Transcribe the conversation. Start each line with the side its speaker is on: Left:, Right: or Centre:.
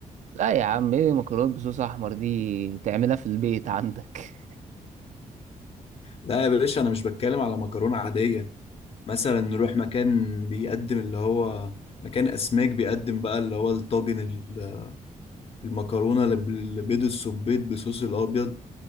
Right: لا يا عم ايه مكرونة بصوص احمر دي تعملها في البيت عندك
Left: لا يا باشا انا مش بتكلم على مكرونة عادية مثلا نروح مكان بيقدم اللي هو مكان اسماك بيقدم بقى اللي هو الطاجن ال- المكرونة اللي بال- بيض السبيط بصوص الابيض